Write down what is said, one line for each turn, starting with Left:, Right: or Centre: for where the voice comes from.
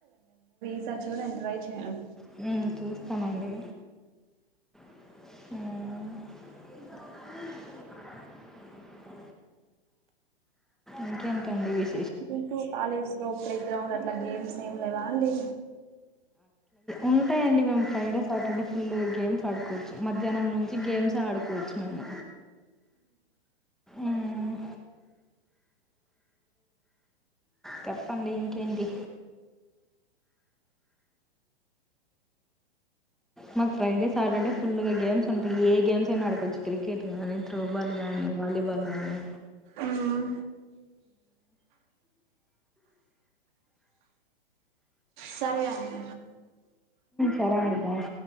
Right: ఒకసారి చూడండి ట్రై చేయన్
Centre: హ్మ్ చూస్తానండి మ్మ్ ఇంకేంటండి విస్
Right: వి టూ కాలేజ్ లో ప్లే గ్రౌండ్ అట్లా గేమ్స్ ఏం లేవా అండి
Centre: ఉంటాయండి మేము ఫ్రైడే సాటర్డే ఫుల్ గేమ్స్ ఆడుకోవచ్చు మధ్యాహ్నం నుంచి గేమ్సే ఆడుకోవచ్చు మేము ఉమ్ చెప్పండి ఇంకేంటి మాకు ఫ్రైడే సాటర్డే ఫుల్ గా గేమ్స్ ఉంటాయి ఏ గేమ్స్ అయినా ఆడకోవచ్చు క్రికెట్ గానీ త్రో బాల్గానీ వాలీబాల్ గాని
Right: ఉమ్ సరే అండి
Centre: సరే అండి బాయ్